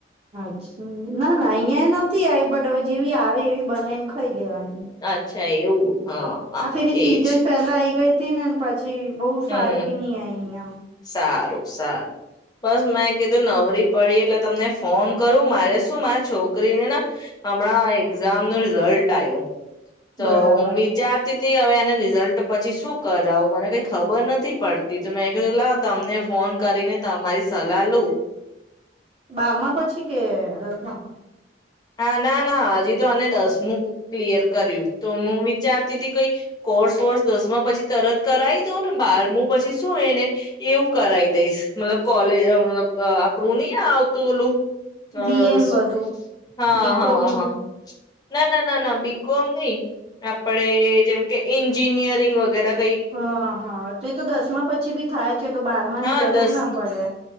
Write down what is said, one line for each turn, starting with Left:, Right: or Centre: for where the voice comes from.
Right: અચ્છી, ના ના અહિયાં નથી આવી બટ હવે જેવી આવે એવી બનાવીન ખ ખાઈ લેવાની
Left: અચ્છા એવું હા હા
Right: આ ફેરી સીઝન
Left: એજ
Right: પેલા આઈ ગઈ <unintelligible> છી બોવ
Left: હમ
Right: સારી બી ની આઈ આમ.
Left: સારું સારું બસ મેં કીધું નવરી પડી એટલે તમને ફોન કરું મારે શું મારા છોકરીને ને હમણાં એક્ઝામ નું રિઝલ્ટ આવ્યું. તો
Right: બરાબર
Left: હું વિચાર <unintelligible> એન રિઝલ્ટ પછી શું કરાવું મને કંઈક પડતી જો મે કીધુ લાવ તમને ફોન કરીને તમારી સલાહ લુ
Right: બારમાં પછી કે દસમાં.
Left: હા ના ના હજી તો આને દસમું કુ ક્લિયર કર્યું તો હું વિચારતી હતી, કઈ કોર્સ વર્સ દસમા પછી તરત કરી દઉં ને બારમું પછી શું એને એવું કરાવી દઈશ મતલબ કોલેજ આ મતલબ આપડું ની આવતું ઓલું તો
Right: બી એન
Left: શું
Right: બધું
Left: હા
Right: બીકોમ
Left: હા હા. ના ના ના ના બીકોમ ની. આપડે જેમ કે ઈન એન્જિનિયરિંગ વગેરા.
Right: હ હા તો એ તો દસમા પછી ભી થાય છે તો બારમાની
Left: હા
Right: જરૂર
Left: દસ
Right: ના પડે.